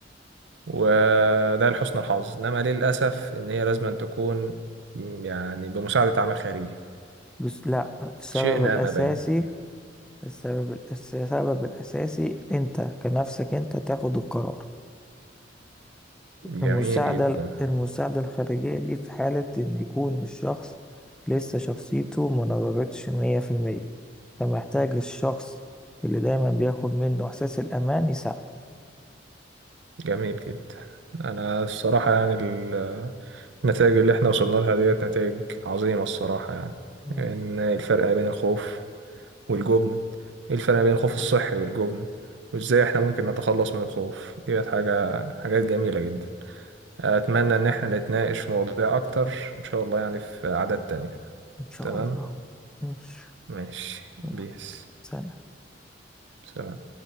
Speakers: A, on the right; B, in the centre.
A: وده لحسن الحظ إنما للأسف إن هي لازم تكون مم، يعني بمساعدة عامل خارجي
B: بس لا السبب
A: شئنا
B: الاساسي
A: أم أبينا
B: السبب الأس- السبب الأساسي أنت كنفسك أنت تاخد القرار
A: جميل
B: المساعدة
A: جدا
B: المساعدة الخارجية دي في حالة إن يكون الشخص لسه شخصيته ما نضجتش مية في المية فمحتاج الشخص اللي دايما بياخد منه إحساس الأمان يساعده
A: جميل جدا انا الصراحه يعني ال- النتائج اللي احنا وصلنا لها ديت نتائج عظيمه الصراحه يعني
B: مم.
A: ان الفرق ما بين الخوف والجبن إيه الفرق ما بين الخوف الصحي والجبن وازاي احنا ممكن نتخلص من الخوف ديت حاجه حاجات جميله جدا اتمنى ان احنا نتناقش في مواضيع اكتر ان شاء الله يعني في عادات تانية
B: إن شاء
A: تمام
B: الله ماشي
A: ماشي
B: يلا،
A: بيس
B: سلام.
A: سلام